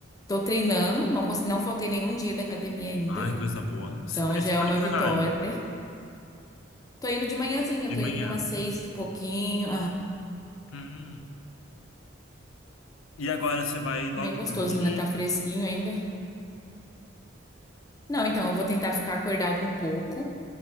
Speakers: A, on the left; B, on the left.
A: Tô treinando, não, cons- não faltei nenhum dia da academia ainda.
B: Ai, coisa boa.
A: Então
B: Se- Daí
A: já
B: se
A: é
B: foi
A: uma
B: que
A: vitória.
B: horário?
A: Tô indo de manhãzinha,
B: De
A: tô
B: manhã.
A: indo umas seis e pouquinho.
B: Hum. E agora você vai logo
A: Bem gostoso,
B: dormir?
A: ainda tá fresquinho ainda. Não, então eu vou tentar ficar acordado um pouco